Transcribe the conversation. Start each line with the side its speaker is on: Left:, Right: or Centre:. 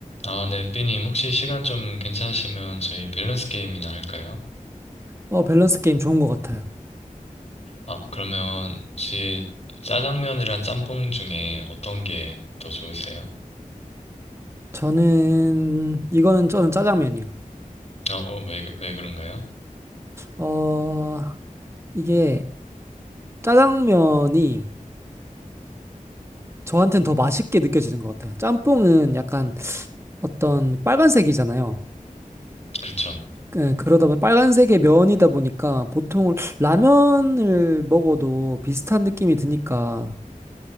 Left: 아, 네, 삐님, 혹시 시간 좀 괜찮으시면 저희 밸런스 게임이나 할까요?
Right: 어, 밸런스 게임 좋은 것 같아요.
Left: 아, 그러면 혹시 짜장면이랑 짬뽕 중에 어떤 게 더 좋으세요?
Right: 저는, 이거는 저는 짜장면이요.
Left: 아, 어, 왜, 왜 그런가요?
Right: 어, 이게 짜장면이 저한테는 더 맛있게 느껴지는 것 같아요. 짬뽕은 약간 어떤 빨간색이잖아요.
Left: 그렇죠.
Right: 예, 그러다 보니 빨간색의 면이다 보니까 보통 라면을 먹어도 비슷한 느낌이 드니까